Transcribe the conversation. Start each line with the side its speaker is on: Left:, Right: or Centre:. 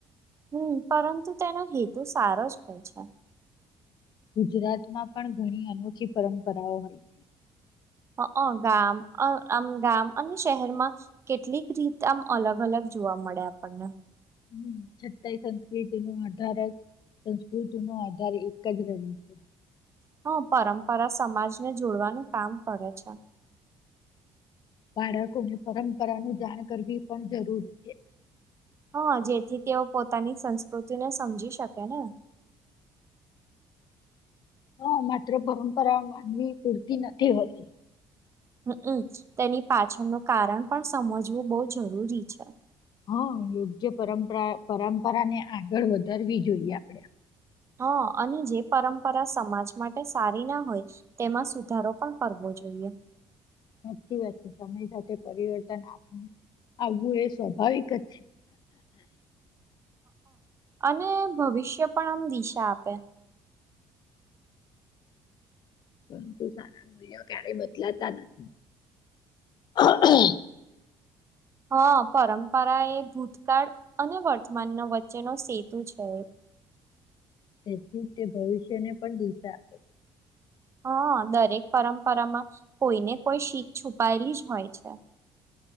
Right: હમ્મ પરંતુ તેનો હેતુ સારો જ હોય છે.
Left: ગુજરાતમાં પણ ઘણી અનોખી પરંપરાઓ હોય છે.
Right: અ અ ગામ આમ ગામ અને શહેરમાં કેટલીક રીત આમ અલગ અલગ જોવા મળે આપણને.
Left: હમ્મ છતાય સંસ્કૃતિ નો આધાર જ સંસ્કૃતિ નો આધાર એક જ રહે છે.
Right: હા, પરંપરા સમાજને જોડવાનું કામ કરે છે.
Left: બાળકોને પરંપરાનું જાણ કરવી પણ જરૂરી છે.
Right: હા, જેથી તેઓ પોતાની સંસ્કૃતિને સમજી શકે ને.
Left: હા, માત્ર પરંપરા માનવી પૂરતી નથી હોતી.
Right: હમ, હમ, તેની પાછળનું કારણ પણ સમજવું બહુ જરૂરી છે.
Left: હા, યોગ્ય પરંપરા પરંપરા ને આગળ વધારવી જોઈએ. આપડે
Right: હા અને જે પરંપરા સમાજ માટે સારી ના હોય, તેમાં સુધારો પણ કરવો જોઈએ.
Left: સાચી વાત છે, સમય સાથે પરિવર્તન આપું. આવવું એ સ્વાભાવિક જ છે.
Right: અને ભવિષ્ય પણ આમ દિશા આપે.
Left: પરંતુ સારા મૂલ્ય ક્યારેય બદલાતા નથી. <inaudible>
Right: હા, પરંપરા એ ભૂતકાળ અને વર્તમાન વચ્ચેનો સેતુ છે. <unintelligible>
Left: તેથી તે ભવિષ્યને પણ દિશા આપે છે.
Right: હા, દરેક પરંપરામાં કોઈને કોઈ શીખ છુપાયેલી જ હોય છે.